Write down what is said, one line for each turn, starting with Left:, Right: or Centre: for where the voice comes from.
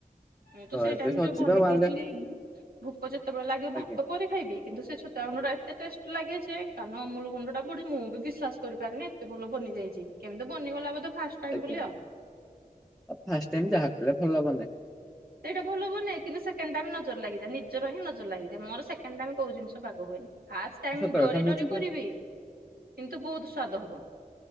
Right: ମୁଁ ତ ସେଇ
Centre: ଏବେ
Right: ଟାଇମ
Centre: ସରିଯିବ
Right: ଯୋଉ ବନେଇଥିଲି
Centre: ଆଉ ଆଣିଲେ
Right: ଭୁକ ଯେତେବେଳେ ଲାଗିବ ଭାତ
Centre: ଆଜ୍ଞା
Right: ପରେ ଖାଇଦିଏ କିନ୍ତୁ ସେ ଛତୁଆ ଗୁଣ୍ଡ ଟା ଏତେ ଟେଷ୍ଟ ଲାଗେ ଯେ କାରଣ ଅମୁଲୁ ଗୁଣ୍ଡଟା ପଡି ମୁଁ ବି ବିଶ୍ୱାସ କରିପାରେନି ଏତ ଭଲ ବନିଯାଇଛି କେମିତି ବନିଗଲା ବଧେ ଫାଷ୍ଟ ଟାଇମ
Centre: ଆଜ୍ଞା
Right: ବୋଲି ଆଉ।
Centre: ଆ ଫାଷ୍ଟ ଟାଇମ ଯାହା କଲେ ଭଲ ବନେ।
Right: ସେଇଟା ଭ ବନାଏ କିନ୍ତୁ ସେକେଣ୍ଡ ଟାଇମ ନଜର ଲାଗିଯାଏ ନିଜର ହଁ ନଜର ଲାଗିଯାଏ ମୋର ସେକଣ୍ଡ ଟାଇମ କଉ ଜିନିଷ ବାଗ ହୁଏନି। ଫାଷ୍ଟ ଟାଇମ
Centre: ସତ
Right: ଡରି
Centre: କଥା ମୁଁ
Right: ଡରି
Centre: ଯେବେ
Right: କରିବି କିନ୍ତୁ ବହୁତ ସ୍ଵାଦ ହବ।